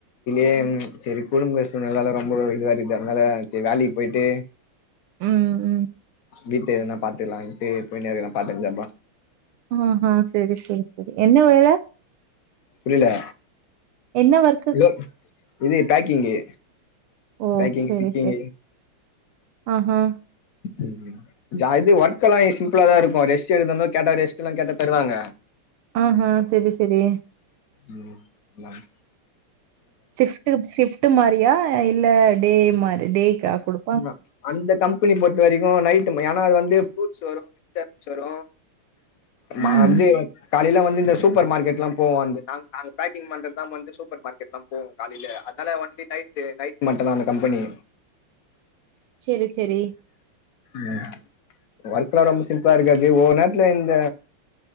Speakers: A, on the left; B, on the right.
A: <inaudible> செரி குடும்பஷ்டோ நல்லால்ல ரொம்ப இதுவா இருக்கு அதனால செரி வேலைக்கு போயிட்டு
B: ம் ம்
A: வீட்டு எதுனா பாத்துக்கலான்ட்டு போய்னு இருக்கே பார்ட் டைம் ஜாப்பா
B: அ ஹா செரி செரி செரி என்ன வேல
A: புரில
B: என்ன ஒர்க்
A: லோ இது பேக்கிங்கு
B: ஓ
A: பேக்கிங்
B: செரி
A: ஸ்டிச்சிங்கு
B: செரி ஆஹா
A: ம் ம் இது ஒர்க் எல்லா சிம்பிளா தா இருக்கு ரெஸ்ட் எடுத்துந்தா கேட்டா ரெஸ்ட்டலா கேட்டா தருவாங்க
B: ஆ ஹா செரி செரி
A: ம் மேம்
B: சிஃப்ட்டு சிஃப்ட்டு மாரியா இல்ல டே மாரி டேக்கா குடு
A: ஆமா அந்த கம்பெனி பொறுத்த வரைக்கு நைட்டு ம ஏனா அது வந்து ஃப்ரூட்ஸ் வரு வெஜிடேபிள்ஸ் வரு மா
B: ம்
A: அப்டியே காலைல வந்து இந்த சூப்பர் மார்க்கெட்லா போவோ வந்து நாங் நாங்க பேக்கிங் பண்றதா வந்து சூப்பர் மார்க்கெட் நாங் போவோ காலைல அதனால ஒன்லி நைட்டு நைட் மட்டுந்தா அந்த கம்பெனி
B: செரி செரி
A: ம் ஒர்க்கலா ரொம்ப சிம்பிளா இருக்காது ஒவ்வொரு நேரத்துல இந்த